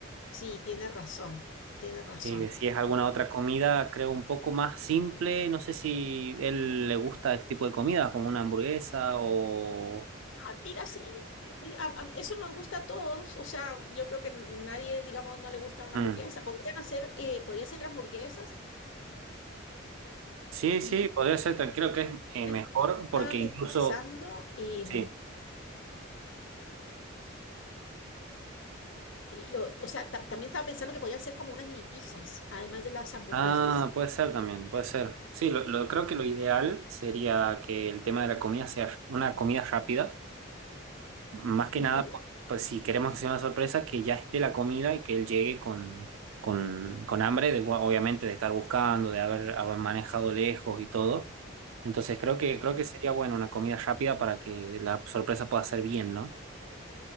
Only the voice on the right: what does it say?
Eh, si es alguna otra comida, creo un poco más simple. No sé si él le gusta este tipo de comida, como una hamburguesa o...
Mm.
Sí, sí,
podría ser, creo que es eh,
mejor
porque
incluso...
sí
Ah, puede ser también, puede ser. Sí, lo, lo- creo que lo ideal sería que el tema de la comida sea una comida rápida, más que
nada, pues, pues si queremos que sea una sorpresa, que ya esté la comida y que él llegue con, con, con hambre, de, bu- obviamente de estar buscando, de haber, haber manejado lejos y todo. Entonces creo que, creo que sería bueno una comida rápida para que la sorpresa pueda ser bien, ¿no?